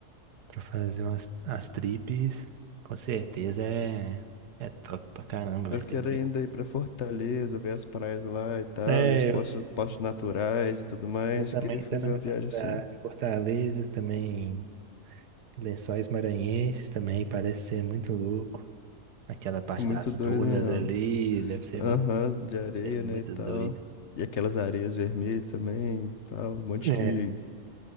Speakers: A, on the right; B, on the left.
A: para fazer umas as trips, com certeza é é top pra caramba, vai
B: Eu
A: ser.
B: quero ainda ir pra Fortaleza, ver as praias lá e tal,
A: É,
B: e os poços, poços naturais e tudo mais.
A: Eu também
B: Queria fazer
A: tô no meu
B: uma viagem
A: radar.
B: assim.
A: Fortaleza também, Lençóis Maranhenses também, parece ser muito louco. Aquela parte
B: É muito
A: das
B: doido
A: dunas
B: mesmo.
A: ali, deve ser
B: Aham,
A: muito,
B: de areia,
A: ser muito
B: né, e tal.
A: doido.
B: E aquelas areias vermelhas também, e tal, um monte
A: É,